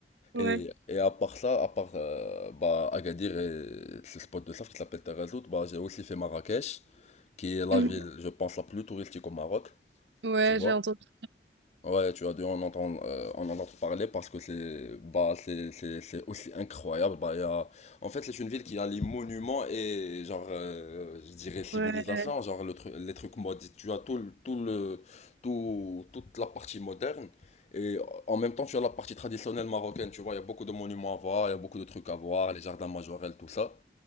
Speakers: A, on the right (about 85°); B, on the left (about 40°).
A: Ouais.
B: Et, et à part ça, à part euh, bah, Agadir et ce spot de surf qui s'appelle Terazout, bah, j'ai aussi fait Marrakech, qui est la
A: Mhm.
B: ville, je pense, la plus touristique au Maroc,
A: Ouais,
B: tu vois.
A: j'ai entendu.
B: Ouais, tu as dû en entendre, euh, en entendre parler parce que c'est bah c'est c'est c'est aussi incroyable. Bah il y a... en fait c'est une ville qui a les monuments et genre euh, je dirais civilisation,
A: Ouais.
B: genre le tru- les trucs modernes. Tu as tout le- tout le tout toute la partie moderne et en même temps tu as la partie traditionnelle marocaine. Tu vois, il y a beaucoup de monuments à voir, il y a beaucoup de trucs à voir, les jardins majorels, tout ça.